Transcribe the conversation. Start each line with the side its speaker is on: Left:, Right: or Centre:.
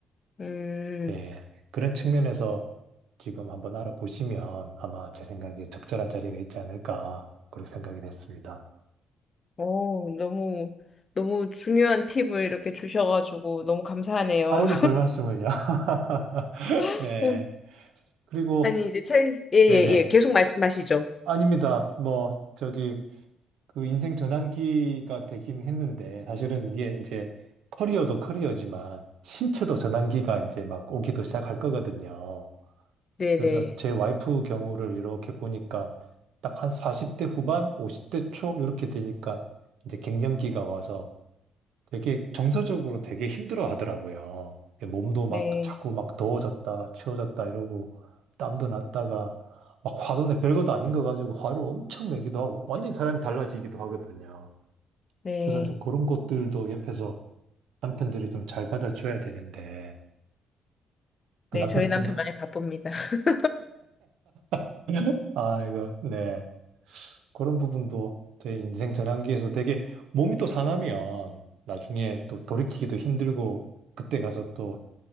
Left: 음,
Right: 예, 그런 측면에서 지금 한번 알아보시면 아마 제 생각에 적절한 자리가 있지 않을까 그렇게 생각이 됐습니다.
Left: 어, 너무, 너무 중요한 팁을 이렇게 주셔가지고 너무 감사하네요.
Right: 아이고, 별 말씀을요. <laughs>
Left: <laughs>
Right: 네.
Left: 어,
Right: 그리고
Left: 아니, 이제 차, 예, 예,
Right: 네네.
Left: 예. 계속 말씀하시죠.
Right: 아닙니다. 뭐 저기 그 인생 전환기가 되긴 했는데 사실은 이게 이제 커리어도 커리어지만 신체도 전환기가 이제 막 오기도 시작할 거거든요.
Left: 네,
Right: 그래서
Left: 네,
Right: 제 와이프 경우를 이렇게 보니까 딱 한 40대 후반, 50대 초 이렇게 되니까 이제 갱년기가 와서 되게 정서적으로 되게 힘들어 하더라고요. 몸도
Left: 네,
Right: 막 자꾸 막 더워졌다, 추워졌다 이러고 땀도 났다가 막 화도 내 별것도 아닌 거 가지고 화를 엄청 내기도 하고 완전히 사람이 달라지기도 하거든요.
Left: 네.
Right: 그래서 이제 그런 것들도 옆에서 남편들이 좀 잘 받아줘야 되는데 그
Left: 네,
Right: 남편분
Left: 저희 남편 많이 바쁩니다. <laughs>
Right: <laughs> 아 이거 네 그런 부분도 내 인생 전환기에서 되게 몸이 또 상하면 나중에 또 돌이키기도 힘들고 그때 가서 또